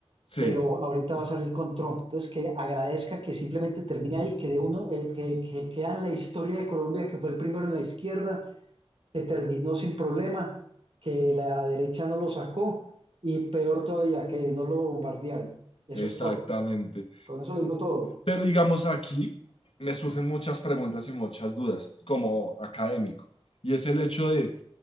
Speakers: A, on the left (about 65°); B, on the right (about 60°).
A: sí,
B: pero ahorita va a salir con Trump. Entonces, que agradezca que simplemente termine ahí, que de uno, eh, que, que queda en la historia de Colombia, que fue el primero en la izquierda, que terminó sin problema, que la derecha no lo sacó y peor todavía, que no lo bombardearon. Eso
A: exactamente.
B: es todo. Con eso lo digo todo.
A: Pero digamos aquí me surgen muchas preguntas y muchas dudas como académico. Y es el hecho de